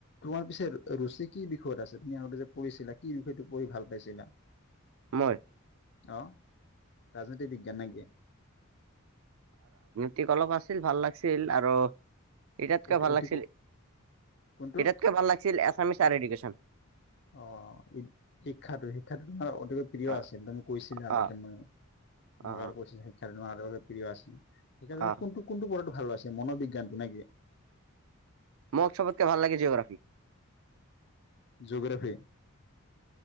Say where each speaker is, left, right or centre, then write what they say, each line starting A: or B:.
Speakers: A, on the left; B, on the right.
A: তোমাৰ পিছে ৰুচি কি বিষয়ত আছে তুমি আগতে যে পঢ়িছিলা কি বিষয়টো পঢ়ি ভাল পাইছিলা?
B: মই
A: আহ ৰাজনীতি বিজ্ঞান নেকি?
B: টিক অলপ আছিল ভাল লাগিছিল আৰু এটাইতকে
A: অতি
B: ভাল
A: অতি
B: লাগছিল,
A: কোনটো
B: এটাইতকে ভাল লাগছিল এছামিছ আৰু এডুকেশ্যন।
A: অ, শিক্ষাটো শিক্ষা তোমাৰ মোৰ প্ৰিয়
B: অ
A: আছিল। তেওঁ মানে কৈছিলে আগতে
B: অ
A: মই
B: অ
A: মোৰ আৰু কৈছিল সেইকাৰনেই আৰু প্ৰিয় আছিল। সেইকাৰণে
B: অ
A: কোনটো কোনটো পঢ়াটো ভাল আছে, মনোবিজ্ঞানটো নে কি?
B: মোক চবতকে ভাল লাগে জ'গ্ৰাফি।
A: জ'গ্ৰাফী,